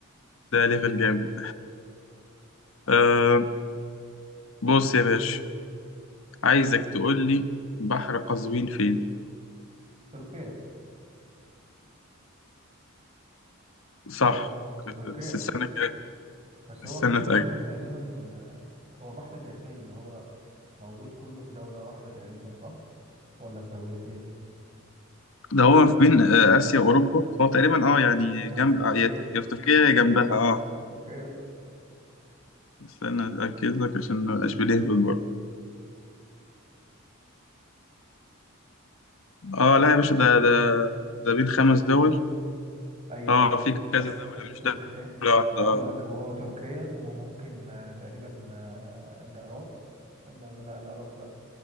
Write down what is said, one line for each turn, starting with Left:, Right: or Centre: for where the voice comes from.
Left: ده ليفل جامد آه بص يا باشا عايزك تقول لي بحر قزوين فين
Right: تركيا
Left: صح
Right: هو في تركيا
Left: بس السنه كده
Right: بس هو
Left: السنه
Right: في
Left: اتأكد
Right: برضه تقريبا آه، هو بحر داخلي اللي هو موجود كله في دولة واحدة تقريبا صح؟ ولا في دولتين؟
Left: ده هو في بين آه، اسيا واوروبا فهو تقريبا اه يعني جنب
Right: هو في تركيا
Left: آه، يا يا في تركيا يا جنبها
Right: تركيا
Left: اه
Right: تركيا
Left: استنى اتاكد لك عشان ما ابقاش بنهبل برضه اه لا يا باشا ده ده ده بين خمس دول
Right: أيوه
Left: اه في كذا
Right: بس
Left: دولة
Right: هي في
Left: مش
Right: تركيا
Left: دولة واحدة
Right: هقول لك هو هو تركيا وممكن آه، تقريبا آه، العراق ولا لا العراق لا